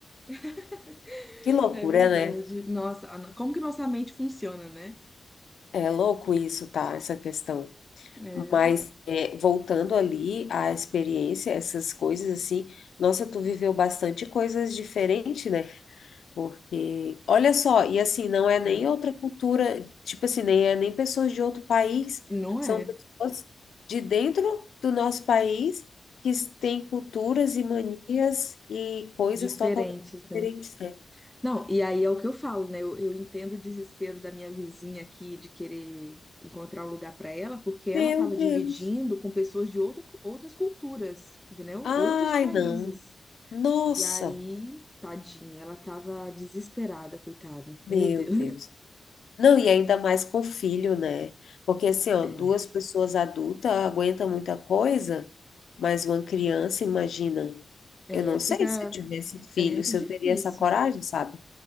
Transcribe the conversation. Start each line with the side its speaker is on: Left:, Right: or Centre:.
Centre: <laughs>
Left: Que loucura,
Centre: É verdade.
Left: né?
Centre: Nossa, a no- como que nossa mente funciona, né?
Left: É louco isso, tá? Essa questão.
Centre: É,
Left: Mas é, voltando ali à experiência, essas coisas assim, nossa, tu viveu bastante coisas diferentes, né? Porque, olha só, e assim, não é nem
Centre: é.
Left: outra cultura, tipo assim, nem é nem pessoas de outro país,
Centre: Não
Left: são
Centre: é?
Left: pessoas de dentro do nosso país que têm culturas e manias e coisas
Centre: Diferentes,
Left: totalmente
Centre: né?
Left: diferentes, né?
Centre: Não, e aí é o que eu falo, né? Eu, eu entendo o desespero da minha vizinha aqui de querer encontrar um lugar para ela, porque ela
Left: Meu
Centre: estava
Left: Deus.
Centre: dividindo com pessoas de outra, outras culturas, entendeu?
Left: Ai,
Centre: Outros países.
Left: não. Nossa,
Centre: E aí, tadinha, ela estava desesperada, coitada.
Left: meu
Centre: Meu Deus.
Left: Deus. Não, e ainda mais com filho, né? Porque assim, ó,
Centre: <laughs>
Left: duas pessoas adultas aguentam muita coisa, mas uma criança, imagina.
Centre: É,
Left: Eu não sei
Centre: fica,
Left: se eu tivesse filho,
Centre: é muito
Left: se
Centre: difícil.
Left: eu teria essa coragem, sabe?